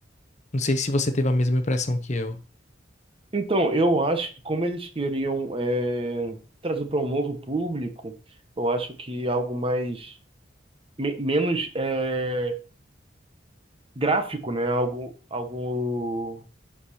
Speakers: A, on the left (about 40°); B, on the right (about 30°).
A: Não sei se você teve a mesma impressão que eu.
B: Então, eu acho que como eles queriam é, trazer para um novo público, eu acho que algo mais me- menos é, gráfico, né? Algo, algo